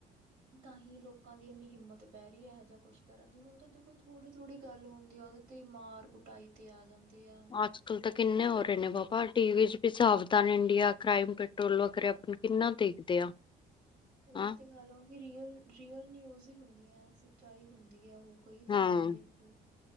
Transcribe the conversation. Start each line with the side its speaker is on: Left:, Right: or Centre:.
Right: ਤਾਂ ਹੀ ਲੋਕਾਂ ਦੀ ਇੰਨੀ ਹਿੰਮਤ ਪੈ ਰਹੀ, ਇਹੋ ਜਿਹਾ ਕੁਛ ਕਰਨ ਦੀ, ਹੁਣ ਤਾਂ ਦੇਖੋ ਥੋੜ੍ਹੀ- ਥੋੜ੍ਹੀ ਗੱਲ ਹੁੰਦੀ ਆ ਉਹਦੇ। ਤੇ ਮਾਰ ਕੁਟਾਈ ਤੇ ਆ ਜਾਂਦੇ ਆ।
Left: ਅੱਜ -ਕੱਲ ਤਾਂ ਕਿੰਨੇ ਹੋ ਰਹੇ ਨੇ ਬਾਬਾ ਟੀ ਵੀ ਚ ਵੀ, ਸਾਵਧਾਨ ਇੰਡੀਆ, ਕ੍ਰਾਈਮ ਪੈਟਰੋਲ। ਵਗੈਰਾ ਆਪਾਂ
Right: ਹਾਂਜੀ,
Left: ਕਿੰਨਾ ਦੇਖਦੇ ਆ
Right: ਉਹੀ
Left: ਹਾਂ
Right: ਤੇ ਗੱਲ। ਵੀ ਰੀਅਲ- ਰੀਅਲ ਨਿਊਜ਼ ਹੀ ਹੁੰਦੀਆਂ ਹੈ, ਸੱਚਾਈ ਹੁੰਦੀ ਹੈ, ਉਹ ਕਈ
Left: ਹਾਂ
Right: ਥਾਵਾਂ ਦੀ ਦੇਖ। ਹੋ।